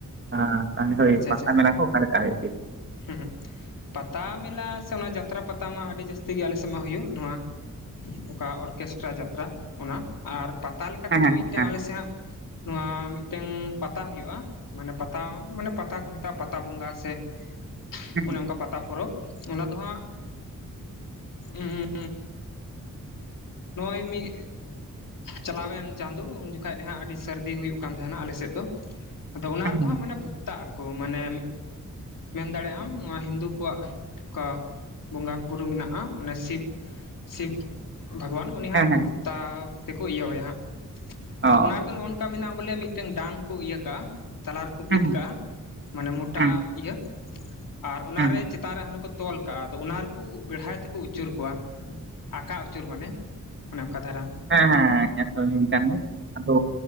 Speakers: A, on the right (about 35°); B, on the left (about 80°).
A: ᱦᱟ ᱛᱟᱦᱚᱞᱮ ᱦᱳᱭ
B: ᱟᱪᱪᱷᱟ
A: ᱯᱟᱛᱟ
B: ᱟᱪᱪᱷᱟ
A: ᱢᱮᱞᱟ ᱠᱚ ᱚᱠᱟ ᱞᱮᱠᱟ ᱦᱳᱭᱳᱜ ᱜᱮᱭᱟ?
B: <unintelligible> ᱯᱟᱛᱟ ᱢᱮᱞᱟ ᱥᱮ ᱚᱱᱟ ᱡᱟᱛᱨᱟ ᱯᱟᱛᱟ ᱢᱟ ᱟᱹᱰᱤ ᱡᱟᱹᱥᱛᱤ ᱜᱮ ᱟᱞᱮᱥᱮᱫ ᱢᱟ ᱦᱩᱭᱩᱜ ᱱᱚᱣᱟ ᱚᱠᱟ ᱚᱨᱠᱮᱥᱴᱨᱟ ᱡᱟᱛᱨᱟ ᱚᱱᱟ ᱟᱨ ᱯᱟ ᱯᱟᱛᱟ ᱞᱮᱠᱟ
A: ᱦᱮᱸ
B: ᱛᱮᱫᱚ ᱢᱤᱫᱴᱮᱱ
A: ᱦᱮᱸ
B: ᱟᱞᱮᱥᱭᱟᱜ ᱱᱚᱣᱟ ᱢᱤᱫᱴᱮᱱ ᱯᱟᱛᱟ ᱦᱩᱭᱩᱜᱼᱟ ᱢᱟᱱᱮ ᱯᱟᱛᱟ ᱢᱟᱱᱮ ᱯᱟᱛᱟ ᱠᱚ ᱢᱮᱛᱟᱜᱼᱟ ᱯᱟᱛᱟ ᱵᱚᱸᱜᱟ ᱥᱮ,
A: ᱦᱮᱸ
B: ᱚᱱᱮ ᱚᱱᱠᱟ ᱯᱟ ᱛᱟ ᱯᱚᱨᱚᱵᱽ ᱚᱱᱟ ᱫᱚ ᱦᱟᱸᱜ ᱩ ᱱᱚᱜᱼᱚᱭ ᱢᱤᱫ ᱪᱟᱞᱟᱣᱮᱱ ᱪᱟᱸᱫᱚ ᱩᱱ ᱡᱚᱠᱷᱚᱡ ᱫᱚ ᱦᱟᱸᱜ ᱟᱹᱰᱤ ᱥᱟᱹᱨᱫᱤ ᱦᱩᱭᱩᱜ ᱠᱟᱱ ᱛᱟᱦᱮᱱᱟ ᱟᱞᱮ ᱥᱮᱫ ᱫᱚ᱾ ᱟᱫᱚ ᱚᱱᱟ
A: ᱦᱮᱸ
B: ᱨᱮᱫᱚ
A: ᱦᱮᱸ
B: ᱦᱟᱸᱜ ᱢᱟᱱᱮ ᱵᱷᱚᱠᱛᱟᱜ ᱟᱠᱚ ᱢᱟᱱᱮ ᱢᱤᱫ ᱢᱮᱱ ᱫᱟᱲᱮᱭᱟᱜ ᱟᱢ ᱱᱚᱣᱟ ᱦᱤᱱᱫᱩ ᱠᱚᱣᱟᱜ ᱚᱠᱟ ᱵᱚᱸᱜᱟ ᱵᱩᱨᱩ ᱢᱮᱱᱟᱜᱼᱟ ᱚᱱᱮ ᱥᱤᱵᱽ ᱥᱤᱵᱽ ᱵᱷᱟᱜᱽᱣᱟᱱ ᱩᱱᱤ ᱦᱟᱸᱟᱜ
A: ᱦᱮᱸ ᱦᱮᱸ ᱦᱮᱸ ᱦᱮᱸ ᱦᱮᱸ ᱦᱮᱸ
B: ᱠᱚ ᱵᱷᱚᱠᱛᱟ ᱛᱮᱠᱚ ᱤᱭᱟᱹᱣᱭᱟ ᱦᱟᱸᱜ
A: ᱚ
B: ᱟᱫᱚ ᱚᱱᱟ ᱨᱮᱫᱚ ᱱᱚᱜᱼᱚ ᱚᱱᱠᱟ ᱢᱮᱱᱟᱜᱼᱟ ᱵᱚᱞᱮ ᱢᱤᱫᱴᱮᱱ ᱰᱟᱝ ᱠᱚ ᱤᱭᱟᱹ ᱠᱟᱜᱼᱟ ᱛᱟᱞᱞᱟ ᱨᱮᱠᱚ ᱵᱤᱫ
A: ᱦᱮᱸ ᱦᱮᱸ
B: ᱠᱟᱜᱼᱟ ᱢᱟᱱᱮ ᱢᱚᱴᱟ
A: ᱦᱮᱸ
B: ᱤᱭᱟᱹ ᱟᱨ ᱚᱱᱟᱨᱮ
A: ᱦᱮᱸ
B: ᱪᱮᱛᱟᱱ ᱨᱮ <unintelligible> ᱠᱚ ᱛᱚᱞ ᱠᱟᱜᱼᱟ ᱟᱫᱚ ᱚᱱᱟ ᱨᱮᱠᱚ ᱵᱮᱲᱦᱟᱭ ᱛᱮᱠᱚ ᱟᱹᱪᱩᱨ ᱠᱚᱣᱟ ᱟᱠᱟ ᱟᱹᱪᱩᱨ ᱢᱟᱱᱮ, ᱚᱱᱮ ᱚᱱᱠᱟ ᱫᱷᱟᱨᱟ
A: ᱦᱮᱸ ᱦᱮᱸ <unintelligible> ᱦᱩᱭ ᱠᱟᱱ ᱜᱮᱭᱟ ᱟᱫᱚ